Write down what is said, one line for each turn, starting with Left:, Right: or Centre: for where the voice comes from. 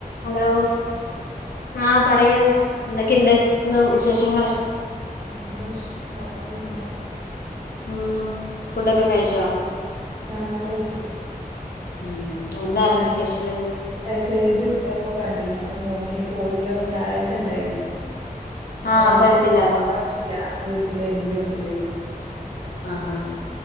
Left: Hello ആഹ് പറയൂ എന്തൊക്കെണ്ട് ഇന്ന് വിശേഷങ്ങൾ
Right: എന്താ വിശേഷം കുഴപ്പൊന്നുല്ല
Left: ഉം ഫുഡൊക്കെ കഴിച്ചോ?
Right: ആഹ് കഴിച്ചു.
Left: ഉം എന്തായിരുന്നു
Right: ഞാന്
Left: സ്പെഷ്യല്?
Right: മെസ്സേജ് വിട്ടപ്പോ കണ്ടിരന്നു. അപ്പൊ മോന് പോളിയോ ഞായറാഴ്ച ഉണ്ടായിരുന്നു അപ്പൊ
Left: ആഹ്
Right: അന്ന്
Left: അപ്പം എടുത്തില്ലായിരുന്നു
Right: പറ്റില്ല വീട്ടില് ന്റെ വീട്ടിലെരുന്നു
Left: ആഹ് ഹാഹ്